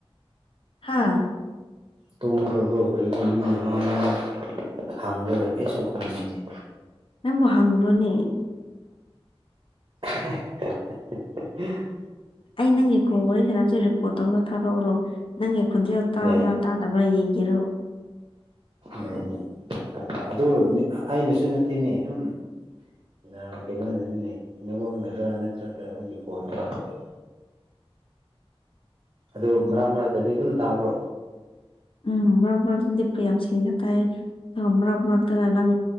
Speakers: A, on the left (about 60°); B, on the right (about 45°).
A: ꯍꯥꯥ
B: ꯇꯨꯝꯈ꯭ꯔꯕ꯭ꯔꯣ ꯀꯔꯤꯔꯣ ꯃꯤꯅ ꯋꯥ ꯉꯥꯡꯔꯒ ꯍꯪꯔꯒ ꯀꯩꯁꯨ ꯈꯨꯝꯗꯦꯅꯦ
A: ꯅꯪꯕꯨ ꯍꯪꯕ꯭ꯔꯣꯅꯦ
B: <unintelligible>
A: ꯑꯩ ꯅꯪꯒꯤ ꯀꯣꯜ ꯋꯥꯔꯤ ꯁꯅꯕꯁꯦ ꯔꯦꯀꯣꯔꯠ ꯇꯧꯔꯒ ꯊꯥꯔꯛꯎꯔꯣ ꯅꯪꯒꯤ ꯈꯣꯟꯖꯦꯜ ꯇꯥꯕ꯭ꯔꯥ
B: ꯌꯥꯏ
A: ꯇꯥꯗꯕ꯭ꯔꯥ ꯌꯦꯡꯒꯦꯔꯣ
B: ꯌꯥꯏꯅꯦ ꯑꯥ ꯑꯗꯨ ꯑꯩꯅꯁꯨ ꯅꯠꯇꯦꯅꯦ ꯑꯗꯨꯝ ꯅꯥ ꯀꯩꯅꯣꯅꯅꯤꯅꯦ ꯅꯦꯠꯋꯥꯛꯅꯔ ꯅꯠꯇ꯭ꯔꯥꯒ ꯑꯩꯒꯤ ꯐꯣꯟꯅꯔ ꯑꯣꯏ ꯑꯗꯨ ꯃꯔꯛ ꯃꯔꯛꯇꯗꯤ ꯑꯗꯨꯝ ꯇꯥꯕ꯭ꯔꯣ
A: ꯎꯝ ꯃꯔꯛ ꯃꯔꯛꯇꯗꯤ ꯌꯥꯝ ꯁꯦꯡꯅ ꯇꯥꯏ ꯃꯔꯛ ꯃꯔꯛꯇꯅ ꯅꯪ